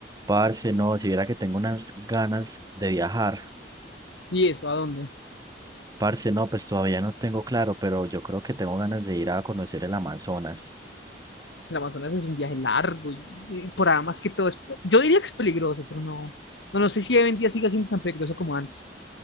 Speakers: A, on the right; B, on the left.
A: Parce, no, si viera que tengo unas ganas de viajar.
B: ¿Y eso a dónde?
A: Parce, no, pues todavía no tengo claro, pero yo creo que tengo ganas de ir a conocer el Amazonas.
B: El Amazonas es un viaje largo y, y por ahí más que todo es, yo diría que es peligroso, pero no, no, no sé si hoy en día siga siendo tan peligroso como antes.